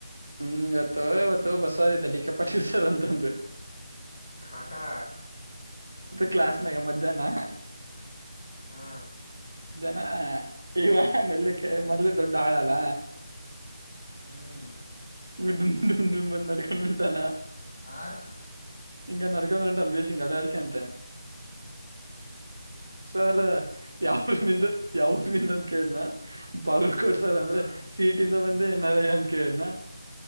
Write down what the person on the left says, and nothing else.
ಹಾ ಹಾ
ಹ್ಮ
ಹ್ಞೂ
ಹಾಂ
ಹಾಂ